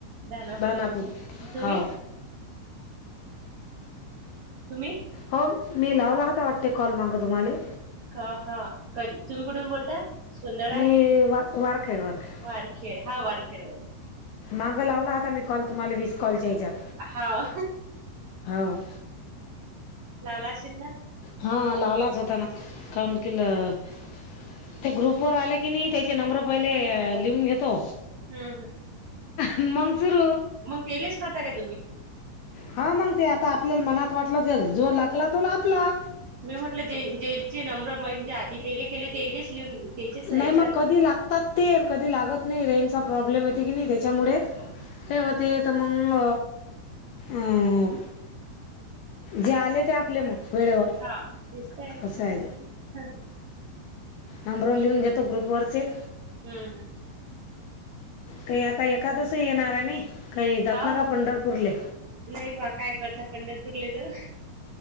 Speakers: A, on the right; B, on the left.
A: दानापूर
B: भानापूर
A: तुम्ही
B: हो.
A: तुम्ही?
B: हो, मी लावला होता वाटते कॉल मागं तुम्हाले.
A: ह ह, कधी? तुम्ही कुठून बोलताय? सुंदळा
B: मी
A: की
B: वा वारखेड वारखेड
A: वारखेड. हा वारखेड वरून.
B: मागं लावला आता मी कॉल तुम्हाला वीस कॉलच्या येच्यात.
A: हा.
B: हाव.
A: लावला अशेल ना.
B: हा लावलाच होता ना,
A: हम्म
B: <unintelligible> ते ग्रुप वर आले की नाही त्याचे नंबर पहिले
A: नंबर
B: लिहून घेतो.
A: हम्म हम्म
B: मग सुरू.
A: मग तेलेस करता का तुम्ही?
B: हा मग ते आता आपल्याला मनात वाटलं, जे जो लागला तो आपला.
A: मी म्हटलं जे जेंचे नंबर म्हणजे आधी तेले केले तेजेच लिहून त्याचेच
B: नाही
A: याच्यावर
B: मग कधी लागतात ते कधी लागत नाही रेंजचा प्रॉब्लेम येते की नाही त्याच्यामुळे,
A: करता
B: हे हो ते त मंग अं जे आले ते आपले मग, वेळेवर.
A: हा, दिसतंय
B: असं आहे
A: दिसतंय, हं हं.
B: नंबर लिहून घेतो ग्रुपवरचे.
A: हम्म हम्म
B: काही आता एकादस येणार आहे नई काही जात
A: हाव
B: ना का पंढरपूरले?
A: नाही बा काय करता पंढरपूरला जाऊन